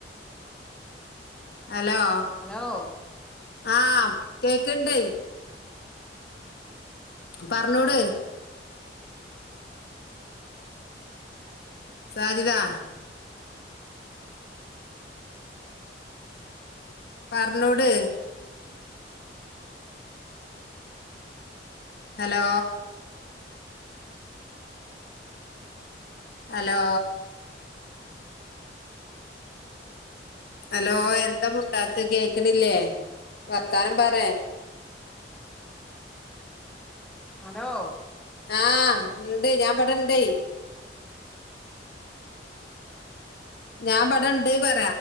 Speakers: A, on the left; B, in the centre.
A: ഹലോ
B: ഹലോ
A: ആഹ കേക്കണ്ടേ പറഞ്ഞോട് സാജിദാ പറഞ്ഞോട് ഹലോ ഹലോ ഹലോ എന്താ പണ്ടാത്ത കേക്കണില്ലേ വർത്താനം പറ
B: ഉ ഹലോ
A: ആഹ ഉണ്ട് ഞാൻ പടെ ഇണ്ടേ ഞാൻ ഇടെ ഇണ്ട് പറ